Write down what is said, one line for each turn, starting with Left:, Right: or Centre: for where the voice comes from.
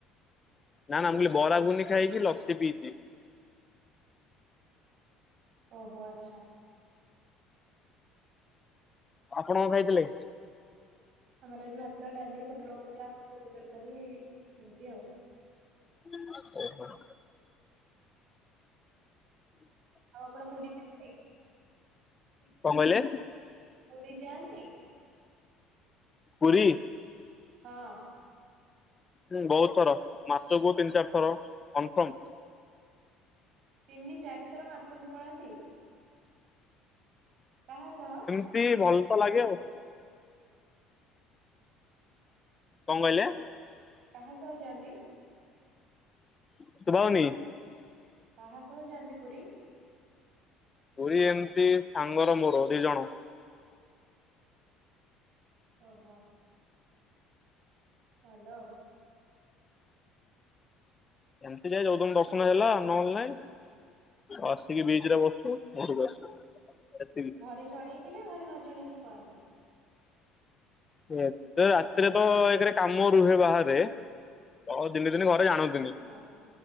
Left: ନା ନା ମୁଁ କଲି ବରା ଗୁଗୁନି ଖାଇକି ଲସି ପିଇଚି।
Right: ଓହୋ ଆଚ୍ଛା।
Left: ଆପଣ ଖାଇଥିଲେ?
Right: ଆମର ଆଜି ଭାତ ଡାଲି ପୋଟଳ ଭଜା କୋବି ତରକାରୀ ଏମତି ଆଉ।
Left: <inaudible> ହୁଁ
Right: ଆଉ ଆପଣ ପୁରୀ ଯାଇଥିଲେ?
Left: କଣ କହିଲେ?
Right: ପୁରୀ ଯାଆନ୍ତି?
Left: ପୁରୀ?
Right: ହଁ।
Left: ହୁଁ ବହୁତ ଥର ମାସକୁ ତିନି ଚାରି ଥର କନଫର୍ମ।
Right: ତିନି ଚାରି ଥର ମାସକୁ ପଳାନ୍ତି? କାହା ସହ?
Left: ରି ଭଲ ତ ଲାଗେ ଆଉ। କଣ କହିଲେ?
Right: କାହା ସହ ଯାଆନ୍ତି?
Left: ଶୁଭା ଯାଉନି?
Right: କାହା ସହ ଯାଆନ୍ତି ପୁରୀ?
Left: ପୁରୀ ଏମିତି ସାଙ୍ଗର ମୋର ଦି ଜଣ।
Right: ହ <unintelligible> ଓ ହୋ। ଭଲ ଆଉ।
Left: ଏମିତି ଯାଇ ଯୋଉଦିନ ଦର୍ଶନ ହେଇଗଲା ନହେଲେ ନାଇଁ। ଆସିକି ବିଚ୍ ରେ ବସୁ ଘରକୁ ଆସୁ ଏତିକି।
Right: ଘରେ ଜଣେଇକି ନା ଘରେ ନ ଜଣେଇକି ପଳାନ୍ତି?
Left: ଏତେ ରାତିରେ ତ ଏକରେ କାମ ରୁହେ ବାହାରେ ଆଉ ଦିନେ ଦିନ ଘ ରେ ଜାଣନ୍ତିନି।
Right: ହଁ